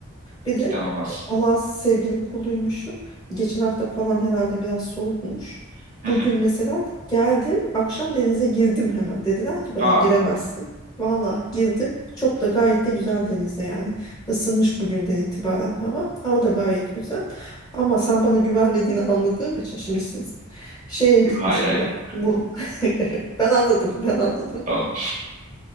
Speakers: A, on the left; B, on the right.
A: Bir
B: Cidden
A: de
B: olmaz.
A: e, Allah sevgili kuluymuşum. Geçen hafta falan herhalde biraz soğukmuş.
B: Hı
A: Bugün
B: hı.
A: mesela geldim akşam denize girdim hemen. Dediler ki bana
B: Aa,
A: giremezsin. Valla girdim. Çok da gayet de güzel denizde yani. Isınmış bugünden itibaren hava. Hava da gayet güzel. Ama sen bana güvenmediğini anladığım için şimdi siz şeye gitmiştim
B: yok, hayır hayır.
A: bak. Bu <laughs> ben anladım. Ben anladım.
B: Tamam.